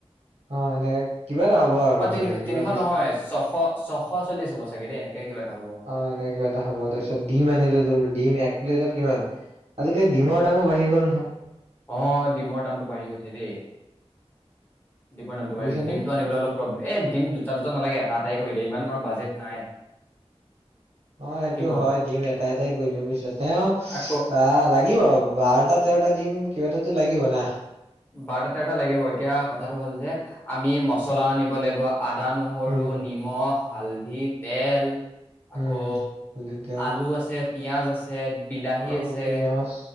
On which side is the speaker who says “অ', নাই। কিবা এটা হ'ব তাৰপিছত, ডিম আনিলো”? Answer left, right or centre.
Right